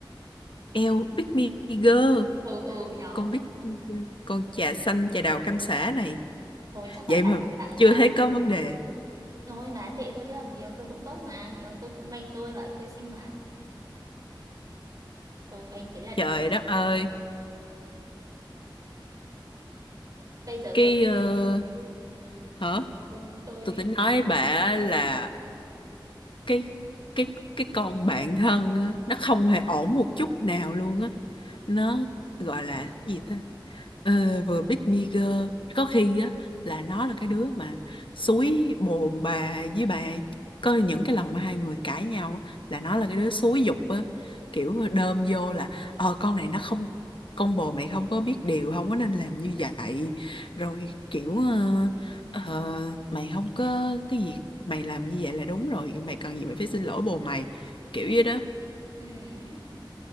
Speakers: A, on the left; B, on the right.
A: eo Big Me Girl
B: ừ ừ nhỏ
A: con Big Me Girl con trà xanh trà đào cam sả này
B: thôi chắc là
A: vậy
B: tại
A: mà
B: bà,
A: chưa
B: bà
A: thấy có vấn đề
B: thôi bà tệ thôi chứ còn nhiều tôi cũng tốt mà nhiều tôi cũng banh tôi và tôi xinh mà tôi banh thế là được
A: trời đất ơi
B: bây giờ
A: cái
B: tôi
A: ờ, hả
B: tôi, tôi
A: tôi tính nói bà là cái cái cái con bạn thân á, nó không hề ổn một chút nào luôn á nó gọi là gì ta Ờ, vừa Big Meager có khi á là nó là cái đứa mà xúi bồn bà với bà có những cái lần mà hai người cãi nhau á, là nó là cái đứa xúi giục á kiểu đơm vô là ờ con này nó không con bồ mày không có biết điều không có nên làm như vậy rồi kiểu ờ, ờ, mày không có cái gì mày làm như vậy là đúng rồi mày cần gì mày phải xin lỗi bồ mày kiểu vậy đó
B: ừm,